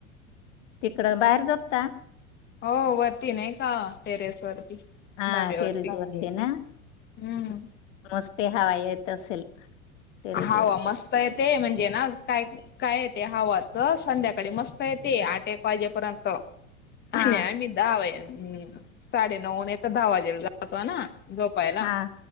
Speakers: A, on the left; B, on the left.
A: तिकडं बाहेर झोपता?
B: हो वरती नाही का टेरेस वरती
A: हा
B: धाब्यावरती
A: तेरेसवरती ना
B: हम्म.
A: मस्त ते हवा येत असेल. टेरेस
B: हवा
A: वर.
B: मस्त येते म्हणजे ना काय काय येते हवाच च रोज संध्याकाळी मस्त येते आठ एक वाजेपर्यंत आणि
A: हा
B: आम्ही दहा वाज हम्म साडे नऊ नायत दहा वाजेला जातो ना झोपायला
A: हा